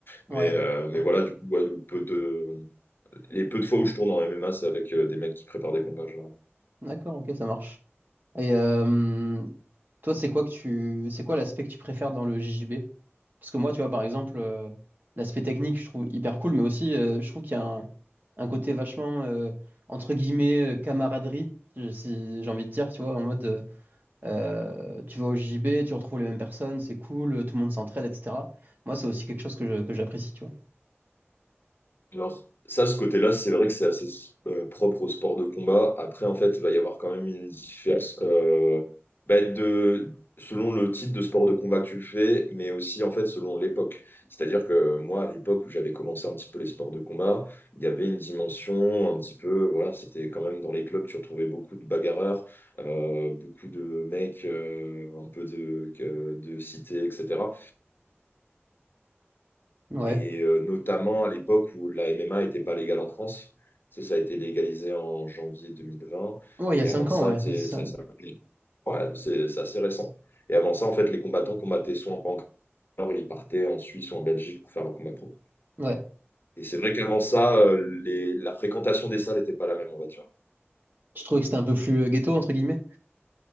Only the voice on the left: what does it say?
mais
euh, mais voilà, du coup, ouais, le peu de les peu de fois où je tourne en MMA, c'est avec euh, des mecs qui préparent des combats, généralement.
Non. Ça, ce côté-là, c'est vrai que c'est assez euh, propre au sport de combat. Après, en fait, il va y avoir quand même une différence euh, bah, de, selon le type de sport de combat que tu fais, mais aussi, en fait, selon l'époque. C'est-à-dire que moi, à l'époque où j'avais commencé un petit peu les sports de combat, il y avait une dimension un petit peu, voilà, c'était quand même dans les clubs, tu retrouvais beaucoup de bagarreurs, euh, beaucoup de mecs, euh, un peu de, que- de cité, etc.
Et euh, notamment à l'époque où la MMA n'était pas légale en France. Ça, ça a été légalisé en janvier 2020.
Et
avant ça,
tu
sais, ça,
ça- ouais, c'est c'est assez récent. Et avant ça, en fait, les combattants combattaient soit en Pancor, ils partaient en Suisse ou en Belgique pour faire un combat pro.
Et c'est vrai qu'avant ça, euh, les- la fréquentation des salles n'était pas la même, on va dire.